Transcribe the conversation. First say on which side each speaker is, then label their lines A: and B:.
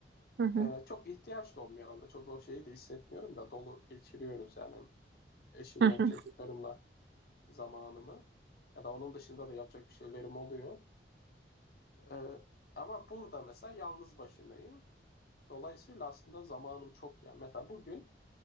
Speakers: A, on the right; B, on the left.
A: Hı hı.
B: Ee, çok ihtiyaç da olmuyor arada. Çok o şeyi de hissetmiyorum da dolu geçiriyoruz yani hem eşimle
A: Hı
B: hem
A: hı.
B: çocuklarımla zamanımı. Ya da onun dışında da yapacak bir şeylerim oluyor. Ee, ama burada mesela yalnız başınayım. Dolayısıyla aslında zamanım çok yani. Mesela bugün